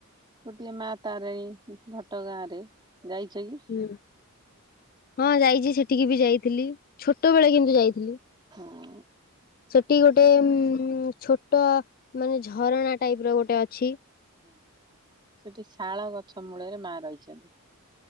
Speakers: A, on the right; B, on the left.
A: ଗୋଟିଏ ମା ତାରିଣୀ ଘଟ ଗାଁ ରେ ଯାଇଛ କି?
B: ହଁ ହଁ ଯାଇଛି ସେଠିକି ବି ଯାଇଥିଲି ଛୋଟ ବଳେ କିନ୍ତୁ ଯାଇଥିଲି।
A: ହଁ
B: ସେଠି ଗୋଟେ ଉ ଛୋ ଛୋଟ ମାନେ ଝରଣା ଟାଇପ ର ଗୋଟେ ଅଛି।
A: ହଁ ସେଠି ଶାଳ ଗଛ ମୂଳରେ ମା ରହିଛନ୍ତି।